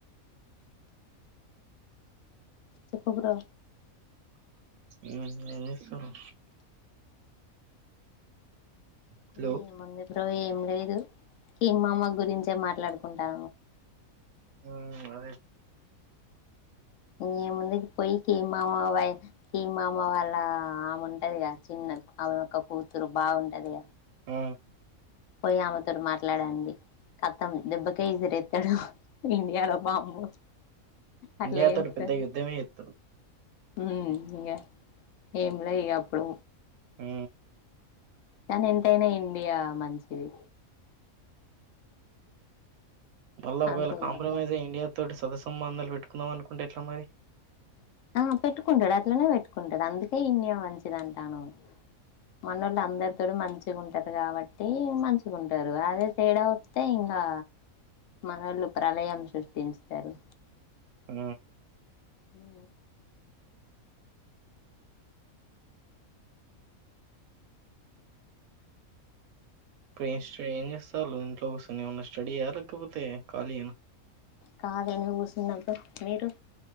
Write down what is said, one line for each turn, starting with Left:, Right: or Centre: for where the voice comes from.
Left: చెప్పు బ్రో
Right: ఏం చేస్తన్నావ్ హలో
Left: ఏ ఏముంది బ్రో ఏం లేదు ఈ మామ గురించి తే మాట్లాడుకుంటా
Right: ఉ అదే
Left: ఇంగేముంది పోయి కీ మామ క మామ వాళ్ళ ఆమె ఉంటదిగా చిన్ని ఆమె యొక్క కూతురు బాగుంటది
Right: ఆ
Left: పోయి ఆమెతోడు మాట్లాడండి కత్తం దెబ్బక ఇసిరెత్తాడు ఇంటికాడ వామ్మో అట్లేమి
Right: ఇండియా తోటి
Left: ఉండదు
Right: పెద్ద యుద్ధమే చేత్తడు
Left: ఉ ఇంగ ఏం లే ఇగ అప్పుడు
Right: ఉ
Left: కానీ ఎంతైనా ఇండియా మంచిది
Right: మళ్ళా ఒకవేళ
Left: అంతే
Right: కాంప్రమైజ్
Left: కదా బ్రో
Right: అయ ఇండియా తోటి సదసంబంధాలు పెట్టుకుందాం అనుకుంటే ఎట్లా మరి
Left: ఆ పెట్టుకుంటాడు అట్లనే పెట్టుకుంటాడు అందుకే ఇన్నే మంచిది అంటాను మన వాళ్ళు అందరితో మంచిగా ఉంటారు కాబట్టి మంచిగా ఉంటారు అదే తేడా వస్తే ఇ ఇంగా మనలు ప్రళయం సృష్టించారు
Right: ఉ
Left: ఉ
Right: ఇప్పుడు ఏట ఏం చేస్తాలు ఇంట్లో కూసని ఏమన్నా స్టడీ అయ్యా లేకపోతే ఖాళీ అను
Left: కాలిగ కూర్చన్నప్పుడు మీరు